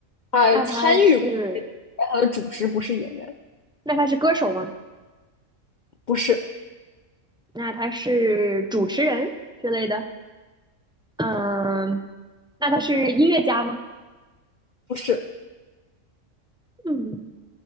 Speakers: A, on the left; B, in the centre.
A: 他参与过一些电影但他的主职不是演员，
B: 那他是那他是歌手吗？
A: 不是，
B: 那他是主持人之类的，嗯，那他是音乐家吗？
A: 不是，
B: 嗯，